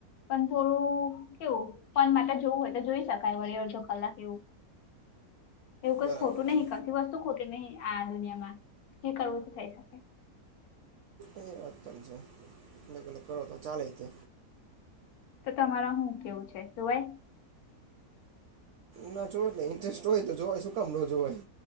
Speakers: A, on the left; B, on the right.
A: પણ થોડું કેવું, ફન માટે જોવું હોય તો જોઈ શકાય વળી અડધો કલાક એવું. એવું કાઈ
B: બરાબર
A: ખોટું
B: છે
A: નહી, કશી વસ્તુ ખોટી નહી આ દુનિયામાં, જે કરવું તે થઈ શકે.
B: એ વાત પણ છે. અલગ-અલગ કરો તો ચાલેય તે.
A: તો તમારો હું કેવું છે જોવાય?
B: ના. જો એટલે ઇન્ટરેસ્ટ હોય તો જોવાય, શું કામ ન જોવાય,